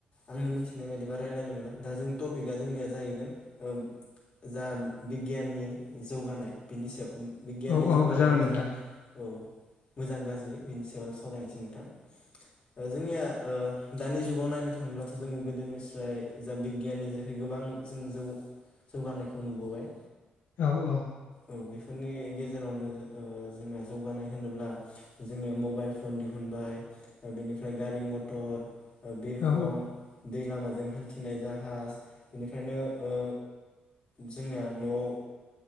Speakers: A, on the left (about 30°); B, on the left (about 80°).
A: आंनि मिथिनाय बायदिबा रायलायनो मोना दा जोंनि टपिकआ जोंनिया जाहैगोन ओ जा बिगियाननि जौगानाय बिनि सायाव बिगियाननि
B: औ औ
A: जौगानायनि
B: जागोन नोंथां
A: जा औ मोजां गाज्रि बेनि सायाव सावरायनोसै नोंथां। ओ जोंनिया ओ दानि जुगाव नायनो थांब्लाथ' जोङो गोदोनिफ्राय जा बिगियाननि जे गोबां जों जौ जौगानायखौ नुबोबाय।
B: औ औ
A: औ बेफोरनि गेजेरावनो ओ जोङो जौगानाय होनोब्ला जोंनिया मबाइल फन दिहुनबाय। बेनिफ्राय गारि मटर ओ बिरखं
B: औ
A: दै लामाजों हान्थिनो जाहाज बेनिफायनो ओ जोंना न'आव